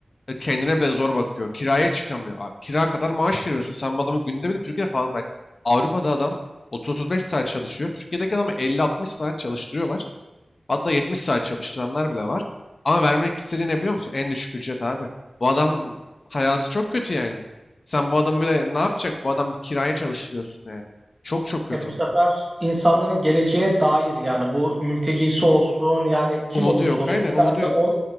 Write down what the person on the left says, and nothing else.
e, Kendine bile zor bakıyor. Kiraya çıkamıyor. Abi, kira kadar maaş veriyorsun. Sen bu adamı günde bile Türkiye'de fazla bak. Avrupa'da adam 30-35 saat çalışıyor. Türkiye'deki adamı 50-60 saat çalıştırıyorlar. Hatta 70 saat çalıştıranlar bile var. Ama vermek istediği ne biliyor musun? En düşük ücret abi. Bu adam hayatı çok kötü yani. Sen bu adamı bile ne yapacak? Bu adam bir kiraya çalıştırıyorsun yani. Çok çok kötü.
Umudu
yok
aynen
umudu yok.